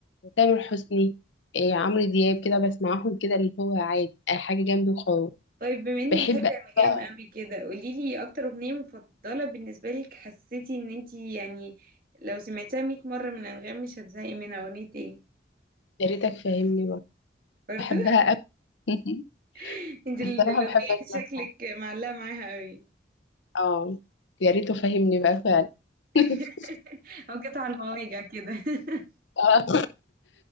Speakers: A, on the left; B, on the right.
A: تامر حسني إيه عمرو دياب كده بسمعهم كده اللي هو عادي أي حاجة جنبي وخلاص
B: طيب بما انك
A: بحب
B: بتحبي
A: أوي بقى
B: انغام قوي كده قولي لي اكتر اغنيه مفضله بالنسبه لك حسيتي ان انت يعني لو سمعتها 100 مره من انغام مش هتزهقي منها اغنيه ايه
A: يا ريتك فاهمني بقى
B: برضو
A: بحبها أوي <laughs>
B: <laughs> انت ال-
A: الصراحة
B: الاغنيه
A: بحب أسمعها
B: دي شكلك معلقه معاها قوي
A: اه يا ريته فاهمني بقى فعلا
B: <laughs>
A: <laughs>
B: او قطع المواجع كده <laughs>
A: اه